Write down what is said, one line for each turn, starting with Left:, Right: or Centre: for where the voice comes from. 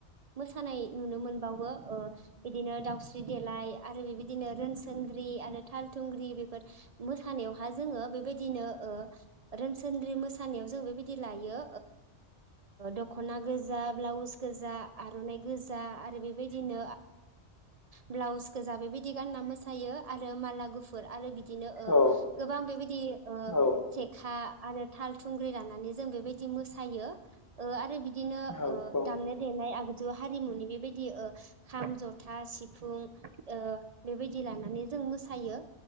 Right: मोसानाय नुनो मोनबावो बिदिनो दाउस्रि देलाय आरो बिदि बिदिनो रोनसोनद्रि आरो दाहाल थुंग्रि बेफोर मोसानायावहा जोङो बेबायदिनो ओं रोनसोनद्रि मोसानायाव जों बेबायदि लायो दख'ना गोजा ब्लाउस गोजा आर'नाइ गोजा आरो बेबायदिनो। ब्लाउसखौ गोजा बेबायदि गानना मोसायो आरो माला गुफुर आरो बिदि। बिदिनो
Left: औ
Right: गोबां बेबायदि
Left: औ
Right: जेखा आरो दाहाल थुंग्रि लानानै जों बेबायदि मोसायो आरो बिदि। बिदिनो
Left: औ
Right: दामनाय देनाय। हारिमुनि बेबायदि खाम, जथा, सिफुं। बेबायदि लानानै जों मोसायो